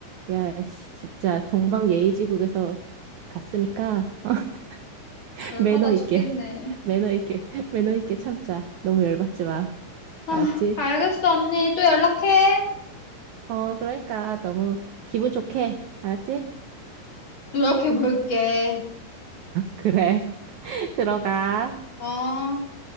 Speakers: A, on the right (about 75°); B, on the left (about 30°).
A: 야, 씨, 진짜 동방예의지국에서 갔으니까 <laughs>
B: 열받아
A: 매너
B: 죽겠네.
A: 있게, 매너 있게, 매너 있게 참자. 너무 열받지 마.
B: 아,
A: 알았지?
B: 알겠어, 언니. 또 연락해.
A: 어, 그러니까 너무 기분 좋게. 알았지?
B: 노력해볼게.
A: 그래. <laughs> 들어가.
B: 어.